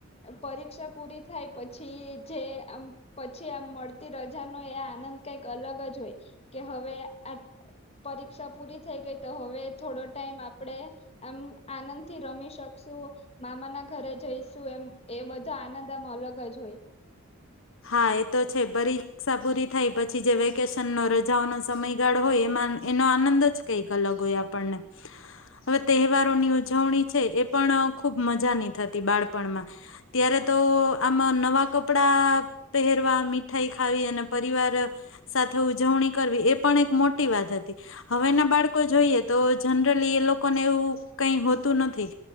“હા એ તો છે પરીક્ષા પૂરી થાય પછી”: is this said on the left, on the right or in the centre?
Left